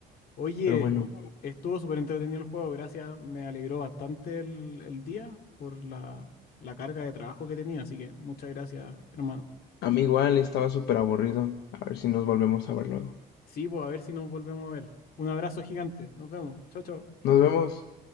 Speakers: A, on the left; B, on the left.
A: Oye,
B: Pero bueno,
A: estuvo súper entretenido el juego, gracias. Me alegró bastante el, el día por la, la carga de trabajo que tenía, así que muchas gracias, hermano.
B: a mí igual estaba súper aburrido. A ver si nos volvemos a ver luego.
A: Sí, pues a ver si nos volvemos a ver. Un abrazo gigante, nos vemos. Chao, chao.
B: Nos vemos.